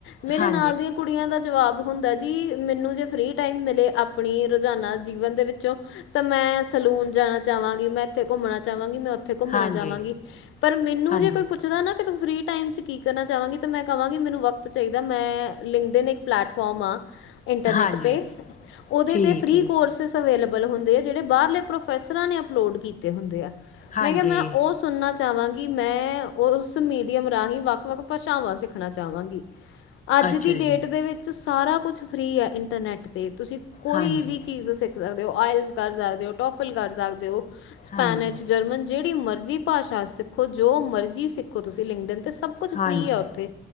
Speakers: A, on the left (about 80°); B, on the left (about 40°).
A: ਮੇਰੇ
B: ਹਾਂ
A: ਨਾਲ ਦੇ, ਕੁੜੀਆਂ ਦਾ ਜਵਾਬ ਹੁੰਦਾ ਜੀ ਮੈਨੂੰ ਜੇ ਫਰੀ ਟਾਈਮ ਮਿਲੇ ਆਪਣੀ ਰੋਜ਼ਾਨਾ ਜੀਵਨ ਦੇ ਵਿੱਚੋਂ। ਤਾਂ ਮੈਂ ਸਲੂਨ ਜਾਣਾ ਚਾਵਾਂਗੀ। ਮੈਂ ਇੱਥੇ ਘੁੰਮਣਾ ਚਾਵਾਂਗੀ। ਮੈਂ ਉੱਥੇ ਘੁੰਮਣਾ
B: ਹਾਂਜੀ,
A: ਜਾਵਾਂਗੀ ਪਰ ਮੈਨੂੰ
B: ਹਾਂਜੀ,
A: ਜੇ ਕੋਈ ਪੁੱਛਦਾ ਨਾ ਕਿ ਤੂੰ ਫਰੀ ਟਾਈਮ ਚ ਕਿ ਕੀ ਕਰਨਾ ਚਾਵਾਂਗੀ। ਤੇ ਮੈਂ ਕਵਾਂਗੀ ਮੈਨੂੰ ਵਕਤ ਚਾਹੀਦਾ ਮੈਂ ਲਿੰਕਡਨ ਇੱਕ ਪਲੈਟਫੋਮ ਆ। ਇੰਟਰਨੈੱਟ
B: ਹਾਂਜੀ
A: 'ਤੇ ਉਹਦੇ
B: ਠੀਕ
A: 'ਤੇ ਫਰੀ
B: ਹੈ। ਜੀ।
A: ਕੋਰਸਿਸ ਅਵੇਲੇਬਲ ਹੁੰਦੇ ਆ ਜਿਹੜੇ ਬਾਹਰਲੇ ਪ੍ਰੋਫੈਸ ਰਾ ਨੇ ਅਪਲੋਡ ਕੀਤੇ ਹੁੰਦੇ ਆ।
B: ਹਾਂਜੀ,
A: ਮੈਂ ਕਿਹਾ ਮੈਂ ਓਸ, ਸੁਣਨਾ ਚਾਵਾਂਗੀ। ਮੈਂ ਉਸ ਮੀਡੀਅਮ ਰਾਹੀਂ ਵੱਖ-ਵੱਖ ਭਾਸ਼ਾਵਾਂ ਸਿੱਖਣਾ ਚਾਵਾਂਗੀ। - <inaudible> ਅੱਜ
B: ਅੱਛਾ
A: ਦੀ ਡੇਟ
B: ਜੀ,
A: ਦੇ ਵਿੱਚ ਸਾਰਾ ਕੁਛ ਫਰੀ ਐ। ਇੰਟਰਨੈੱਟ 'ਤੇ ਤੁਸੀਂ ਕੋਈ
B: ਹਾਂਜੀ,
A: ਵੀ ਚੀਜ਼ ਸਿੱਖ ਕਰ ਸਕਦਾ ਓ। ਆਇਲਸ ਕਰ ਸਕਦੇ ਓ। ਟੋਫੀਲ ਕਰ ਸਕਦੇ ਓ। ਸਪੈਨਿਜ
B: ਹਾਂਜੀ,
A: ਜਰਮਨ ਜਿਹੜੀ ਮਰਜ਼ੀ। ਭਾਸ਼ਾ ਸਿੱਖੋ ਜੋ ਮਰਜ਼ੀ ਸਿੱਖੋ ਤੁਸੀਂ ਲਿੰਗਡਨ 'ਤੇ ਸਭ। ਸਭ ਕੁਛ
B: ਹਾਂਜੀ।
A: ਫਰੀ ਆ ਓਥੇ